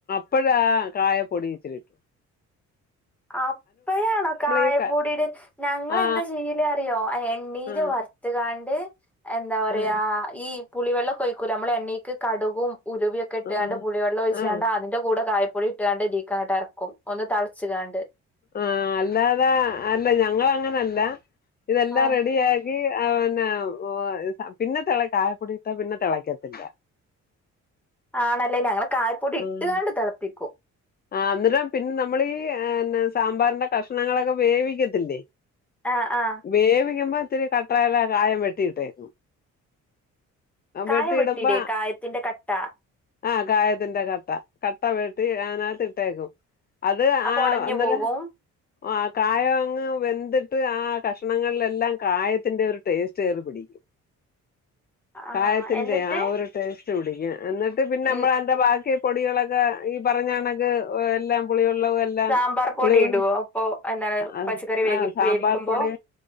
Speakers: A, on the left (about 30°); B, in the centre.
A: ഇപ്പഴാ കായ പൊടി ഇച്ചിരിട്ടു
B: അപ്പഴണോ കായപ്പൊടിടെ
A: ഈ ക
B: ഞങ്ങെന്താ
A: ആ
B: ചെയീല് അറിയോ ആ എണ്ണീയില്
A: ആ
B: വറുത്തുകാണ്ട് എന്താ പറയാ
A: ആ
B: ഈ പുളിവെള്ളോകൊഴിക്കുല്ലേ നമ്മൾ എണ്ണീക്ക് കടുകും ഉലുവക്കെട്ടാണ്ട്
A: ആ
B: പുളി വെള്ളൊയ്ച്ചാണ്ട്
A: ആ
B: അതിന്റെ കൂടെ കായ പൊടി ട്ടാണ്ട് ഇതീക്കങ്ങട്ട് എർക്കും ഒന്ന് തൾച്ച്ക്കാണ്ട്.
A: ആഹ് അല്ലാതെ അല്ല ഞങ്ങളങ്ങനല്ല ഇതെല്ലാം
B: ആഹ്
A: റെഡി യാ ക്കി എഹ് പിന്നെ ഓഹ് പിന്നെ തെള കായപ്പൊടിയിട്ടാ പിന്നെ തെളക്കത്തില്ല.
B: ആണല്ലേ ഞങ്ങള് കായപ്പൊടി ഇട്ട്കാണ്ട്
A: ഉം
B: തെളപ്പിക്കും.
A: ആഹ് ന്നട്ട് പിന്നെ നമ്മളീ ഏഹ് എന്ന സാമ്പാറിന്റെ കഷ്ണങ്ങളൊക്കെ വേവിക്കത്തില്ലേ.
B: ആ ആ
A: വേവിക്കുമ്പോ ഇത്തിരി കട്ടായല്ല കായം വെട്ടിയിട്ടേക്കും.
B: കായം
A: വെട്ടിയിടുമ്പ
B: വെട്ടിയില്ലേ കായത്തിന്റെ കട്ട
A: ആഹ് കായത്തിന്റെ കട്ട. കട്ട വെട്ടി അതിനകത്ത് ഇട്ടേക്കും അത്
B: അപ്പൊ
A: ആ
B: ഉടഞ്ഞു
A: അന്നേര
B: പോകും
A: ആ കായോ അങ്ങ് വെന്ത്ട്ട് ആ കഷ്ണങ്ങളിലെല്ലാം കായത്തിന്റെ ഒരു ടേസ്റ്റേറി പിടിക്കും.
B: ആ
A: കായത്തിന്റെ
B: എന്നിട്ട്
A: ആ ഒരു ടേസ്റ്റ് പിടിക്കും എന്നിട്ട് പിന്നെ
B: ഉം,
A: അമ്മളയ്ൻ്റെ ബാക്കി പൊടികളൊക്കെ ഈ പറഞ്ഞാണക്ക് എല്ലാം പുളികൾ ള് വെല്ലാം
B: സാമ്പാർ പൊടി
A: പുളിവെൾ
B: ഇടുവോ അപ്പൊ എന്താണ്
A: അഹ്
B: പച്ചക്കറി വേവി
A: ആഹ് സാമ്പാർ
B: വേവിക്കുമ്പോ
A: പൊടി